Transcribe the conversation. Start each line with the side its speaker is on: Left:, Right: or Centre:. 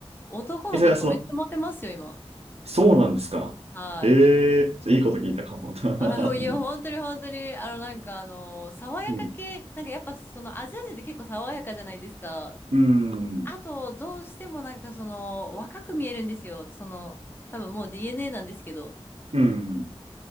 Left: 男の子とかめっちゃモテますよ、
Right: え、それはその、
Left: 今。
Right: そうなんですか。
Left: はい。
Right: ええーいいこと聞いたかも。
Left: <laughs>
Right: <laughs>
Left: あの、いや、本当に本当に、あの、なんかあの、爽やか系、
Right: うん。
Left: なんかやっぱそのアジア人って結構爽やかじゃないですか。
Right: うん。
Left: あと、どうしてもなんかその若く見えるんですよ。その、多分もう DNA なんですけど。
Right: うん。